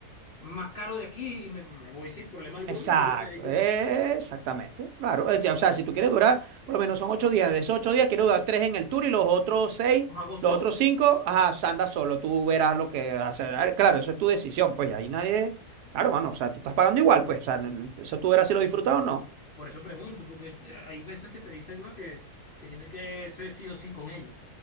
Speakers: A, on the left; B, on the right.
A: más caro de aquí y me, me voy sin problema alguno
B: Exacto,
A: y nadie me dice
B: eh,
A: nada.
B: exactamente, claro. eh, ya, O sea, si tú quieres durar, por lo menos son ocho días. De esos ocho días, quiero durar tres en el tour y los otros seis,
A: Los hago solo.
B: los otros cinco, ajá, anda solo, tú verás lo que hacer. Ah, Claro, eso es tu decisión, pues y ahí nadie. Claro, mano, o sea, tú estás pagando igual, pues, o sea, n- eso tú verás si lo disfrutas o no.
A: Por eso pregunto, porque eh, hay veces que te dicen, ¿no? que, que tiene que ser sí o sí con ellos.